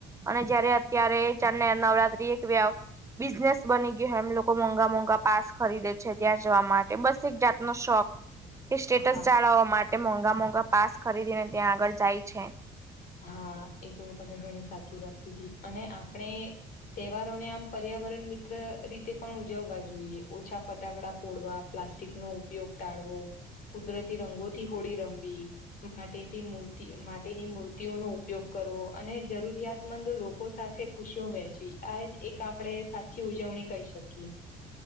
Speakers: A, on the right; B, on the left.
A: અને જયારે અત્યારે જનને નવરાત્રી એક વ્યવ બિઝનેસ બની ગયું એમ લોકો મોંઘા મોંઘા પાસ ખરીદે છે. છે ત્યાં જવા માટે બસ એક જાતનો શોખ એ સ્ટેટસ
B: હા
A: જાળવવા માટ તે મોંઘા મોંઘા પાસ ખરીદી ને ત્યાં આગળ જાય છે.
B: હા એ તો તમે ઘણી સાચી વાત કીધી અને આપણે તહેવારોને આમ પર્યાવરણ મિત્ર રીતે પણ ઉજવવા જોઈએ ઓછા ફટાકડા ફોડવા પ્લસ ટિક નો ઉપયોગ ટાળવો કુદરતી રંગોથી હોળી રમવી માટીથી મૂર્તિ માટીની મૂર્તિ ટિયો નો ઉપયોગ કરવો અને જરૂરિયાતમંદ લોકો સાથે ખુશીઓ વહેચવી આ એક આપણે સા થી ઉજવણી કહી શકીએ.